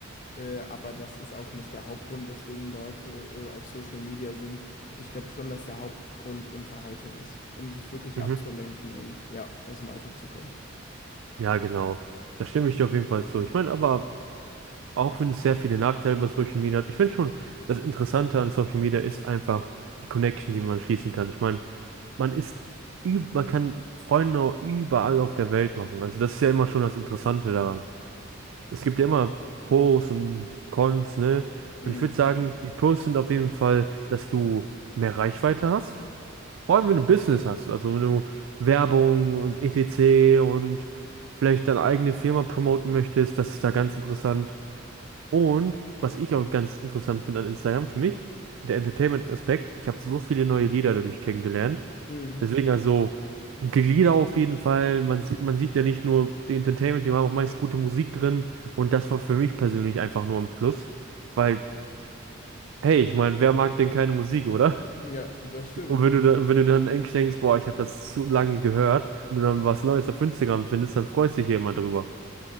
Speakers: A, on the left; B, on the right.
A: Äh, aber das ist auch nicht der Hauptgrund, weswegen Leute äh, auf Social Media sind. Ich glaube schon, dass der Hauptgrund Unterhaltung ist, um sich wirklich
B: Mhm.
A: abzulenken und ja, aus dem Alltag zu kommen.
B: Ja, genau. Da stimme ich dir auf jeden Fall zu. Ich meine, aber auch wenn es sehr viele Nachteile bei Social Media hat, ich finde schon, das Interessante an Social Media ist einfach die Connection, die man schließen kann. Ich meine, man ist, üb- man kann Freunde überall auf der Welt machen. Also das ist ja immer schon das Interessante daran. Es gibt ja immer Pros und Cons, ne?
A: Mhm.
B: Und ich würde sagen, die Pros sind auf jeden Fall, dass du mehr Reichweite hast. Vor allem, wenn du Business hast, also wenn du Werbung und etc. und vielleicht deine eigene Firma promoten möchtest, das ist da ganz interessant. Und was ich auch ganz interessant finde an Instagram, für mich, der Entertainment-Aspekt, ich habe so viele neue Lieder dadurch kennengelernt.
A: Mhm.
B: Deswegen also die Lieder auf jeden Fall, man sieht, man sieht ja nicht nur die Entertainment, die haben auch meist gute Musik drin und das war für mich persönlich einfach nur ein Plus, weil, hey, ich meine, wer mag denn keine Musik, oder?
A: Mhm. Ja, das stimmt.
B: Und wenn du dann, wenn du dann eigentlich denkst, boah, ich habe das zu lange gehört und du dann was Neues auf Instagram findest, dann freust du dich ja immer drüber.